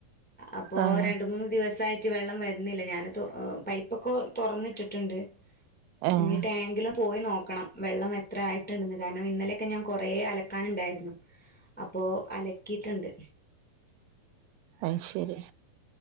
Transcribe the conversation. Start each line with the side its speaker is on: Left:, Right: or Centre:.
Centre: അപ്പോ
Right: ആഹ്
Centre: രണ്ട് മൂന്ന് ദിവസായി ട്ട്, വെള്ളം വരുന്നില്ല ഞാൻ തോ പൈപ്പൊക്കെ തുറന്നിട്ടിട്ടുണ്ട്
Right: ആഹ്
Centre: ഇനി ടാങ്കില് പോയി നോക്കണം വെള്ളം എത്ര ആയിട്ടണ്ടെന്ന് കാരണം ഇന്നലെയൊക്കെ ഞാൻ കുറേ അലക്കാനുണ്ടായിരുന്നു അപ്പോ അലക്കീട്ടുണ്ട്
Right: അയ്ശെരി